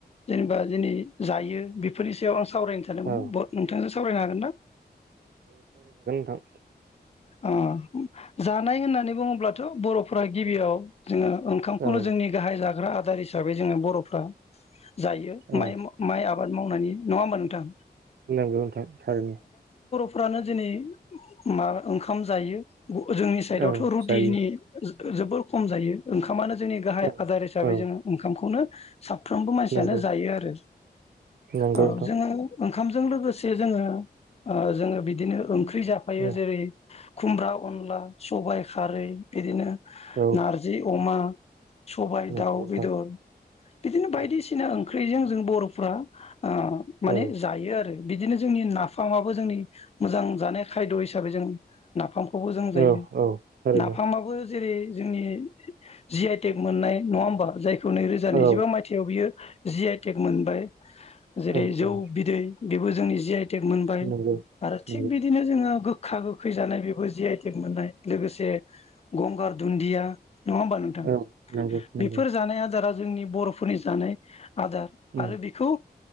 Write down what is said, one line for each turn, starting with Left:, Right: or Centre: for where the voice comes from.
Left: जेनेबा दिनै जायो बेफोरनि सायाव आं सावरायनो सानदोंमोन
Right: औ
Left: नोंथांजों सावरायनो हागोनना?
Right: थां
Left: अ जानाय होननानै बुङोब्लाथ' बर'फोरा गिबियाव जोङो ओंखामखौनो
Right: औ
Left: जोंनि गाहाय जाग्रा आ‌ दार हिसाबै जोङो बर'फोरा जायो
Right: औ
Left: माइ-माइ आबाद आबाद मावनायनि नङामोन नोंथां?
Right: नंगौ नोंथां थारैनो।
Left: फ्रानो दिनै मा ओंखाम जायो। जोंनि साइडआवथ'
Right: औ
Left: रुटिनि
Right: जायो
Left: जोबोर खम जायो ओंखाम ओंखामानो जोंनि गाहाय
Right: औ
Left: आदार हिसाबै
Right: औ
Left: जोङो ओंखामखौनो साफ्रोमबो मानसियानो
Right: नंगौ
Left: जायो आरो
Right: नंगौ
Left: औ
Right: नोंथां
Left: जोङो ओंखामजों लोगोसे जोङो जोङो बिदिनो ओंख्रि जा फायो
Right: औ
Left: जेरै खुमब्रा, अनला, सबाइ खारै बिदिनो
Right: औ
Left: नारजि अमा <inaudible> सबाइ
Right: नंगौ
Left: दाउ
Right: नोंथां
Left: बेदर बिदिनो बायदिसिना
Right: औ
Left: ओं ओंख्रिजों जों बर'फ्रा ओ माने
Right: औ
Left: जायो आरो। बिदिनो जोंनि नाफामाबो जोंनि मोजां जानाय खायद' हिसाबै जों नाफाम खौबो जों जायो
Right: औ औ थारैनो
Left: नाफामाबो जेरै जोंनि जि आइे टेक मोननाय नङा होनबा जाय खौ नैरोजा नैजिबा
Right: औ
Left: मायथाइयाव बियो जि आइ टेक मोनबाय। जेरै
Right: औ
Left: जौ
Right: औ
Left: बिदै बेबो जोंनि जि आइ मोनबाय
Right: नंगौ
Left: आरो
Right: नंगौ
Left: थिग बिद जोङो गोखा गोखै जानाय बेखौ जि आइ टेग मोननाय। लोगोसे गंगार दुन्दिया नङा होमबा नोंथां
Right: औ नंगौ
Left: बेफोर
Right: नंगौ
Left: जानाय आदारा जोंनि बर'फोरनि जानाय आदार
Right: औ
Left: आरो बेखौ